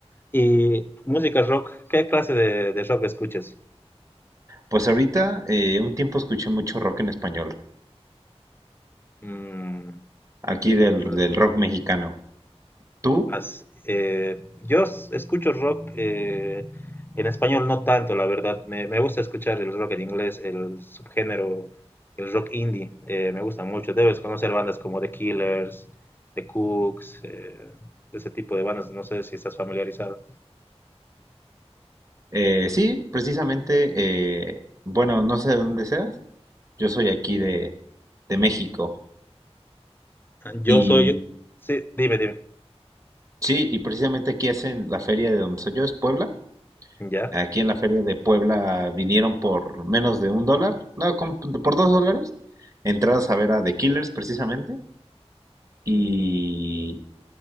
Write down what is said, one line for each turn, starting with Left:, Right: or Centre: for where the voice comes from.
Left: Y música rock, ¿qué clase de, de rock escuchas?
Right: Pues ahorita, eh, un tiempo escuché mucho rock en español,
Left: Mm,
Right: aquí del,
Left: rock,
Right: del rock mexicano. ¿Tú?
Left: As- eh, yo s- escucho rock eh, en español no tanto, la verdad. Me, me gusta escuchar el rock en inglés, el subgénero, el rock indie. eh, me gusta mucho. Debes conocer bandas como The Killers, The Cooks, eh, ese tipo de bandas. No sé si estás familiarizado.
Right: Eh, sí, precisamente, eh, bueno, no sé de dónde seas, yo soy aquí de, de México.
Left: Yo
Right: Y
Left: soy... Sí, dime, dime.
Right: sí, y precisamente aquí hacen la feria de donde soy yo, es Puebla.
Left: Ya,
Right: Aquí en la feria de Puebla vinieron por menos de un dólar, no, con- por dos dólares, entradas a ver a The Killers precisamente. Y,